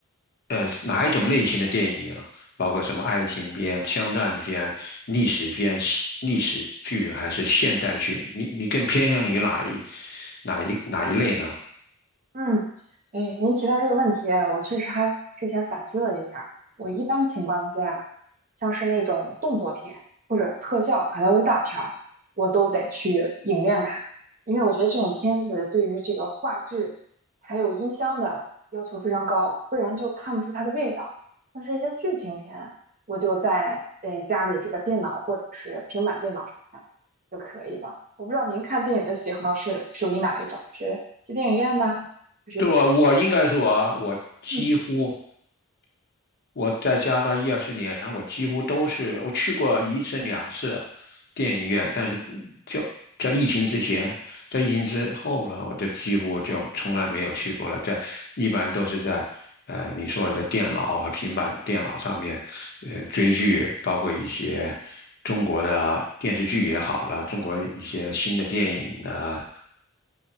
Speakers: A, on the left (about 50°); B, on the right (about 40°).
A: 呃，哪一种类型的电影啊？包括什么爱情片、枪战片、历史片、西历史剧还是现代剧？你你更偏向于哪一哪一哪一类呢？
B: 嗯，哎，您提到这个问题，我确实还之前反思了一下我一般情况下，像是那种动作片或者特效好莱坞大片儿，我都得去影院看，因为我觉得这种片子对于这个画质还有音箱的要求非常高，不然就看不出它的味道。像是一些剧情片，我就在呃家里这个电脑或者是平板电脑上看就可以了。我不知道您看电影的喜好是属于哪一种，是去电影院的？是怎样？
A: 对，我应该说啊，我几乎。
B: 嗯
A: 我在加拿大一二十年，我几乎都是我去过一次两次电影院，但是嗯就在疫情之前，在疫情之后呢，我就几乎就从来没有去过了。在一般都是在呃你说的在电脑和平板电脑上面，呃追剧，包括一些中国的电视剧也好了，中国一些新的电影的。